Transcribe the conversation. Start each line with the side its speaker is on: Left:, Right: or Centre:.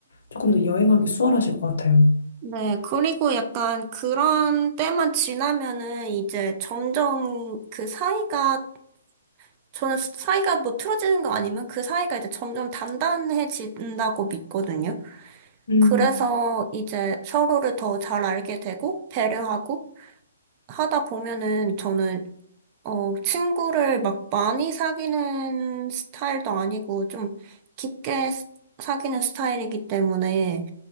Left: 조금 더 여행하기 수월하실 것 같아요.
Right: 네, 그리고 약간 그런 때만 지나면은 이제 점점 그 사이가, 저는 사이가 뭐 틀어지는 거 아니면 그 사이가 이제 점점 단단해진다고 믿거든요.
Left: 음.
Right: 그래서 이제 서로를 더 잘 알게 되고 배려하고 하다 보면은 저는 어 친구를 막 많이 사귀는 스타일도 아니고 좀 깊게 스- 사귀는 스타일이기 때문에